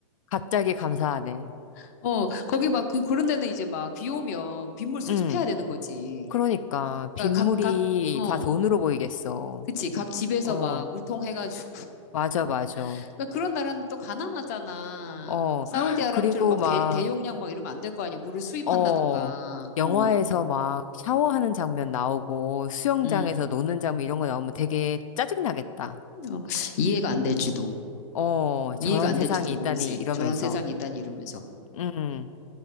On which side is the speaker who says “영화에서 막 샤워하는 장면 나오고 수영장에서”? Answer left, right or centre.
Left